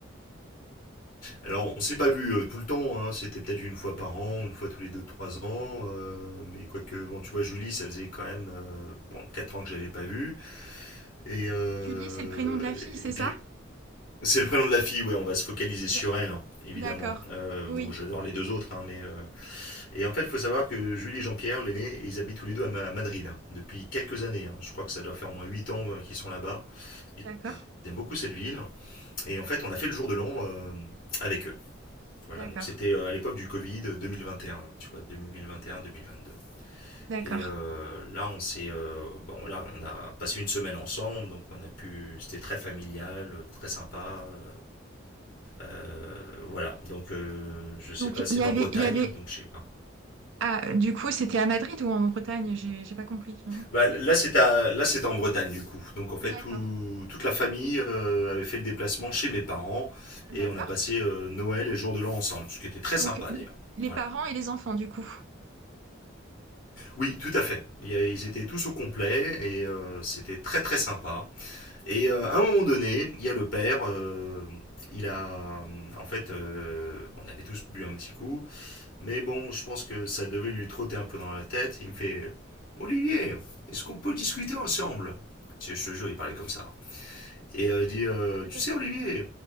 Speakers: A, on the left; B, on the right.
A: alors, on s'est pas vu euh, tout le temps, hein, c'était peut-être une fois par an, une fois tous les deux, trois ans, euh, mais quoique, bon, tu vois, Julie, ça faisait quand même euh, bon, quatre ans que je l'avais pas vue. Et, euh,
B: Julie, c'est le prénom de la fille, c'est
A: et puis,
B: ça?
A: c'est le prénom de la fille, ouais, on va se focaliser sur
B: D-
A: elle, hein, évidemment.
B: D'accord.
A: Euh,
B: Oui,
A: bon, j'adore les deux autres, hein, mais... euh, Et en fait, il faut savoir que Julie et Jean-Pierre, l'aîné, ils habitent tous les deux à, Ma- à Madrid, hein, depuis quelques années. hein. Je crois que ça doit faire au moins huit ans euh, qu'ils sont là-bas. Ils
B: d'accord.
A: aiment beaucoup cette ville. Et en fait, on a fait le jour de l'an euh, avec eux. Voilà,
B: D'accord.
A: donc c'était euh, à l'époque du Covid euh, 2021, tu vois, 2021-2022.
B: D'accord.
A: Et euh, là, on s'est, euh, bon, voilà, on a passé une semaine ensemble, donc on a pu, c'était très familial, euh, très sympa, euh, euh, voilà. Donc, euh, je sais
B: Donc,
A: pas, c'est
B: il y avait,
A: en Bretagne,
B: il y avait...
A: donc je sais pas.
B: Ah, du coup, c'était à Madrid ou en Bretagne? J'ai j'ai pas compris.
A: Bah, là, c'est à, là, c'est en Bretagne du coup. Donc, en fait,
B: D'accord.
A: tout, toute la famille euh, avait fait le déplacement chez mes parents et
B: D'accord.
A: on a passé euh, Noël et Jour de l'An ensemble, ce qui était très
B: Donc,
A: sympa d'ailleurs.
B: les
A: Voilà.
B: parents et les enfants, du coup.
A: Oui, tout à fait. Il y a- Ils étaient tous au complet et euh, c'était très très sympa. Et euh, à un moment donné, il y a le père, euh, il a... euh, En fait, euh, on avait tous bu un petit coup, mais bon, je pense que ça devait lui trotter un peu dans la tête. Il me fait «Olivier, est-ce qu'on peut discuter ensemble?» Tu sais, Je te jure, il parlait comme ça. Et euh, il dit euh,
B: On est
A: Tu
B: pas
A: sais,
B: mal.
A: Olivier,